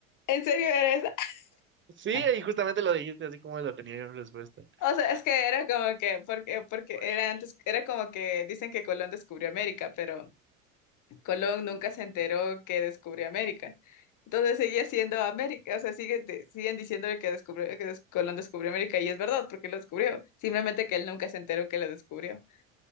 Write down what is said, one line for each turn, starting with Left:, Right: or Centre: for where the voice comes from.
Left: en serio era esa.
Right: Sí,
Left: <laughs>
Right: y justamente lo dijiste así como lo tenía yo en respuesta.
Left: O sea, es que era como que, porque, porque
Right: Uy,
Left: era antes, era como que dicen que Colón descubrió América, pero Colón nunca se enteró que descubrió América. Entonces sigue siendo América, o sea, sigue, de- siguen diciéndole que, descubrió, que des- Colón descubrió América y es verdad porque lo descubrió, simplemente que él nunca se enteró que lo descubrió.